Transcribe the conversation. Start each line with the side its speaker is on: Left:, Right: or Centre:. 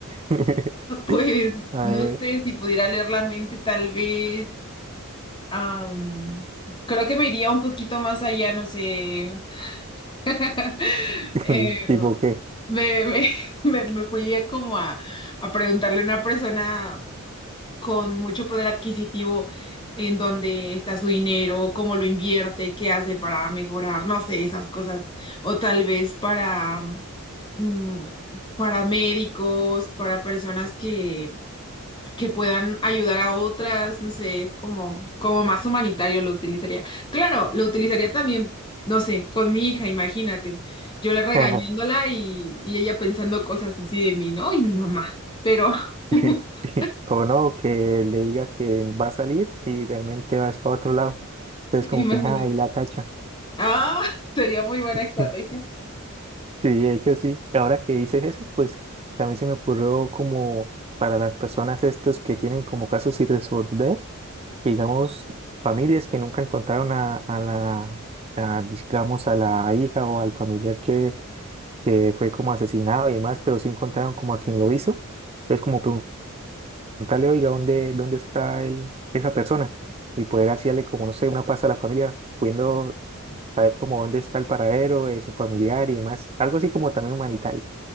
Right: <laughs>
Left: Ah, pues
Right: A
Left: no
Right: ver,
Left: sé si pudiera leer la mente, tal vez. am, creo que me iría un poquito más allá, no sé. <laughs>
Right: <laughs>
Left: Eh,
Right: tipo qué.
Left: me, me, <laughs> me- me fui a como a, a preguntarle a una persona con mucho poder adquisitivo en dónde está su dinero, cómo lo invierte, qué hace para mejorar, no sé, esas cosas. O tal vez para, mm, para médicos, para personas que que puedan ayudar a otras, no sé, es como, como más humanitario lo utilizaría. Claro, lo utilizaría también, no sé, con mi hija, imagínate, yo le regañándola
Right: Ajá,
Left: y, y ella pensando cosas así de mí, ¿no? Y mi mamá, pero <laughs>
Right: sí. <laughs> O no, que le diga que va a salir y realmente vas para otro lado. Entonces como
Left: imagínate,
Right: que, ah, ahí la cacha.
Left: ah, sería muy buena
Right: <laughs>
Left: estrategia.
Right: Sí, de hecho sí. Ahora que dices eso, pues también se me ocurrió como para las personas estos que tienen como casos sin resolver, que digamos familias que nunca encontraron a, a la, a, digamos, a la hija o al familiar que, que fue como asesinado y demás, pero sí encontraron como a quien lo hizo. Entonces como preguntarle, oiga, ¿dónde, dónde está el, esa persona? Y poder hacerle como, no sé, una paz a la familia, pudiendo saber como dónde está el paradero de su familiar y demás. Algo así como también humanitario.